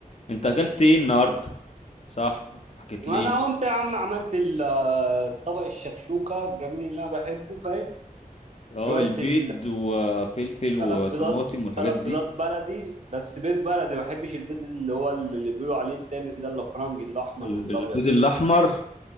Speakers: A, on the left (about 50°); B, on the right (about 50°).
A: أنت أكلت إيه النهاردة؟ صح حكيت لي
B: انا قمت يا عم عملت ال- آه، طبق الشكشوكه الجميل اللي انا بحبه فاهم
A: أه
B: شويه
A: البيض
B: ال
A: وفلفل وطماطم
B: ثلاث بيضات
A: والحاجات
B: ثلاث
A: دي
B: بيضات بلدي بس بيض بلدي ما بحبش البيض اللي هو اللي بيقولوا عليه التاني ده الافرنجي الاحمر
A: ال-
B: والابيض
A: البيض
B: والكلام
A: الأحمر
B: ده.